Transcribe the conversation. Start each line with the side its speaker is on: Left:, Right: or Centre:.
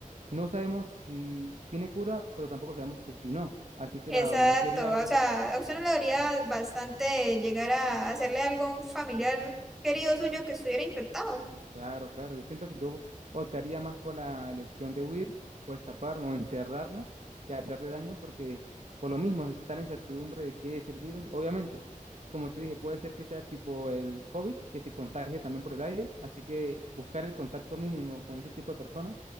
Right: no sabemos si tiene cura, pero tampoco sabemos que si no. Así que la-
Centre: Exacto,
Right: lo mejor sería
Centre: o sea, a usted no le daría bastante llegar a hacerle algo a un familiar querido suyo que estuviera infectado.
Right: Claro, claro. Yo siento que yo optaría más por la elección de huir o escapar o encerrarlo que hacerle daño porque por lo mismo está la incertidumbre de qué es el virus. Obviamente, como te dije, puede ser que sea tipo el COVID, que se contagie también por el aire. Así que buscar el contacto mínimo con ese tipo de personas